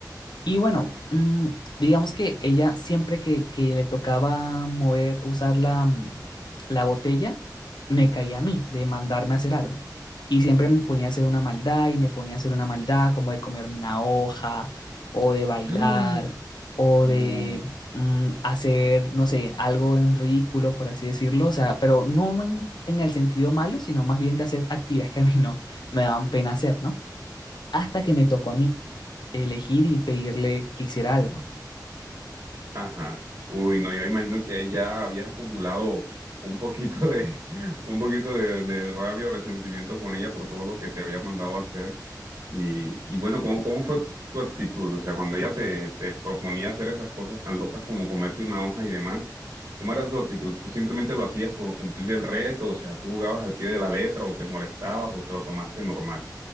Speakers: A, on the left (about 75°); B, on the right (about 65°).
A: Y bueno, mm, digamos que ella siempre que, que le tocaba mover, usar la, mm, la botella, me caía a mí de mandarme a hacer algo. Y siempre me ponía a hacer una maldad y me ponía a hacer una maldad como de comerme una hoja o de bailar
B: Ay,
A: o
B: no.
A: de mm, hacer, no sé, algo en ridículo, por así decirlo. O sea, pero no en, en el sentido malo, sino más bien de hacer actividades que a mí no me daban pena hacer, ¿no? Hasta que me tocó a mí elegir y pedirle que hiciera algo.
B: Ajá. Uy, no, yo imagino que ahí ya habías acumulado un poquito de, <laughs> un poquito de, de rabia o resentimiento con ella por todo lo que te había mandado a hacer. Y, y bueno, ¿cómo, cómo fue tu actitud? O sea, cuando ella te, te proponía hacer esas cosas tan locas como comerte una hoja y demás, ¿cómo era tu actitud? ¿Tú simplemente lo hacías por cumplir el reto? O sea, ¿tú jugabas al pie de la letra o te molestabas o te lo tomaste normal?